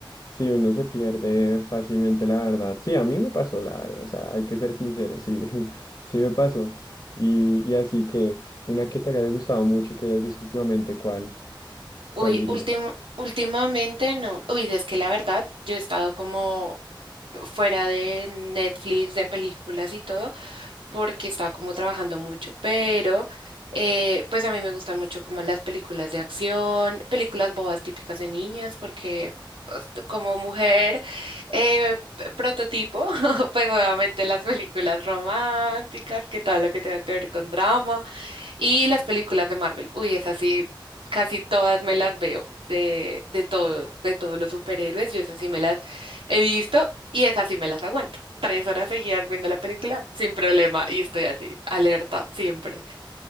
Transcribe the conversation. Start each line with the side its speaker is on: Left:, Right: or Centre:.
Left: Sí, uno se pierde fácilmente, la verdad. Sí, a mí me pasó, la verdad. O sea, hay que ser sincero, sí, <laughs> sí me pasó. Y, y así que, una que te haya gustado mucho, que hayas visto últimamente, ¿cuál,
Right: Uy,
Left: cuál dirías?
Right: último, últimamente no. Uy, es que la verdad, yo he estado como fuera de Netflix, de películas y todo, porque estaba como trabajando mucho, pero eh, pues a mí me gustan mucho como las películas de acción, películas bobas típicas de niñas, porque pues, tú como mujer eh, p- prototipo, <laughs> pues obviamente las películas románticas, que todo lo que tenga que ver con drama. Y las películas de Marvel. Uy, esas sí, casi todas me las veo de, de todos, de todos los superhéroes. Yo esas sí me las he visto y esas sí me las aguanto. Tres horas seguidas viendo la película sin problema y estoy así, alerta siempre.